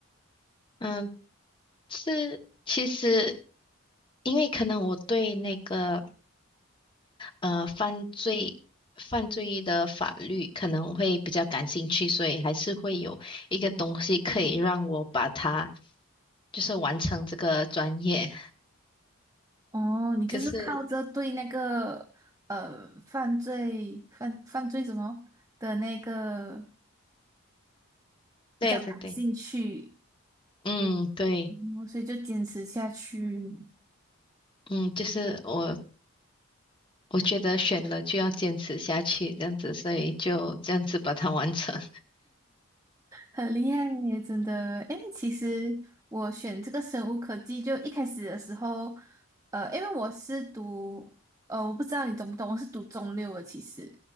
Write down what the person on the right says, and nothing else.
哦，你就是靠着对那个呃犯罪犯犯罪什么的那个
比较感兴趣，
嗯所以就坚持下去。
很厉害耶，真的。因为其实我选这个生物科技，就一开始的时候，呃，因为我是读，呃，我不知道你懂不懂，我是读中六的，其实。